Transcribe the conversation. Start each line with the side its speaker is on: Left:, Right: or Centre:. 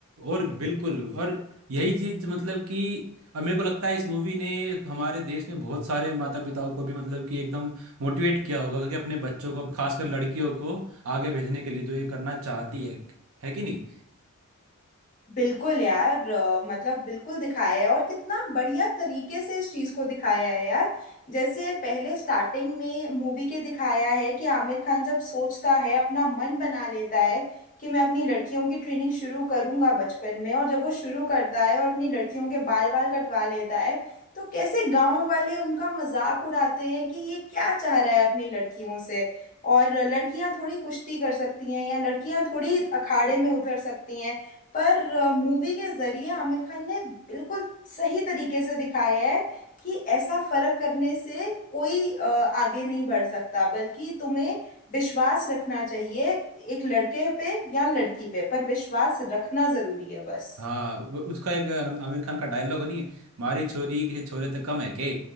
Right: और बिल्कुल और यही चीज मतलब कि अब मेरे को लगता है इस मूवी ने हमारे देश में बहुत सारे माता पिताओं को भी मतलब कि एकदम मोटिवेट किया होगा क्योंकि अपने बच्चों को खासकर लड़कियों को आगे भेजने के लिए जो ये करना चाहती है है कि नहीं
Left: बिल्कुल यार अ, मतलब बिल्कुल दिखाया है और कितना बढ़िया तरीके से इस चीज को दिखाया है यार जैसे पहले स्टार्टिंग में मूवी के दिखाया है कि आमिर खान जब सोचता है अपना मन बना लेता है कि मैं अपनी लड़कियों की ट्रेनिंग शुरू करूंगा बचपन में और जब वो शुरू करता है और अपनी लड़कियों के बाल वाल कटवा लेता है तो कैसे गांव वाले उनका मजाक उड़ाते हैं कि ये क्या चाह रहा है अपनी लड़कियों से और लड़कियां थोड़ी कुश्ती कर सकती हैं या लड़कियां थोड़ी अखाड़े में उतर सकती हैं पर मूवी के जरिए आमिर खान ने बिल्कुल सही तरीके से दिखाया है कि ऐसा फर्क करने से कोई अ, आगे नहीं बढ़ सकता बल्कि तुम्हें विश्वास रखना चाहिए एक लड़के पे या लड़की पे पर विश्वास रखना जरूरी है बस
Right: हाँ उ- उसका एक अनु- आमिर खान का डायलॉग नहीं है मारी छोरी किसी छोरे तक कम है के